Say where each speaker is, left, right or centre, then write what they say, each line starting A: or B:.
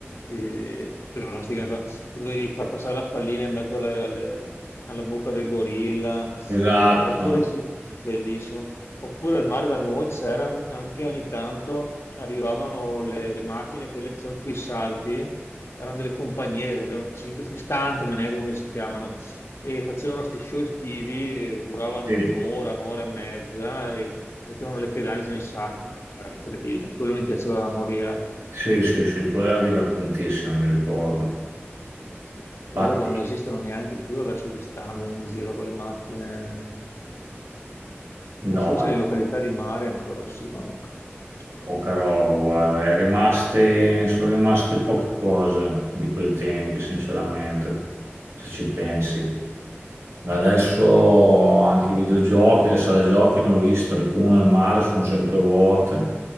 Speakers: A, on the left; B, on the right.
A: eh, di plastica, insomma, e dovevi far passare la pallina in mezzo alle- alle- alla bocca del gorilla,
B: Esatto.
A: Eh, oppure, gi- bellissimo, oppure al mare da noi c'erano anche ogni tanto, arrivavano le, le macchine, quelle che facevano tipo i salti, erano delle compagnie, che avevano 5 stuntman, ecco come si chiamano e facevano questi show estivi, eh, duravano
B: Sì,
A: un'ora, un'ora e mezza e mettevano le pedane sui salti, beh, era incredibile, quello mi piaceva da morire.
B: sì, sì, sì, quello era divertentissimo, mi ricordo.
A: Credo
B: Infatti,
A: che non esistano neanche più adesso gli stand in giro con le macchine,
B: no.
A: o forse le località di mare ancora sì, ma non credo.
B: Poca roba, guarda, è rimaste, sono rimaste poche cose di quei tempi, sinceramente, se ci pensi. Adesso anche i videogiochi, le sale giochi ne ho viste alcune al mare, sono sempre vuote.